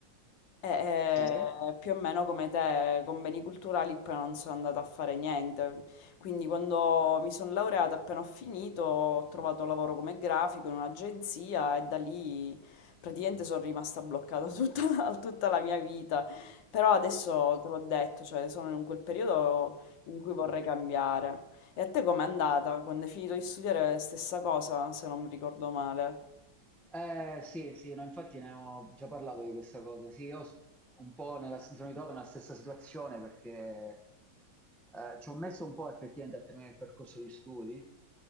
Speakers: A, on the left (about 70°); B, in the centre.
A: e,
B: Sì.
A: eh, più o meno come te, con beni culturali poi non sono andata a fare niente. Quindi quando mi sono laureata, appena ho finito, ho trovato lavoro come grafico in un'agenzia e da lì praticamente sono rimasta bloccata tutta, <laughs> la- tutta la mia vita. Però adesso te l'ho detto, cioè sono in quel periodo in cui vorrei cambiare. E a te com'è andata? Quando hai finito di studiare, stessa cosa, se non mi ricordo male.
B: Eh, sì, sì, no, infatti ne ho già parlato di questa cosa. Sì, io s- un po' nella, mi sono ritrovato nella stessa situazione perché eh, ci ho messo un po' effettivamente a terminare il percorso di studi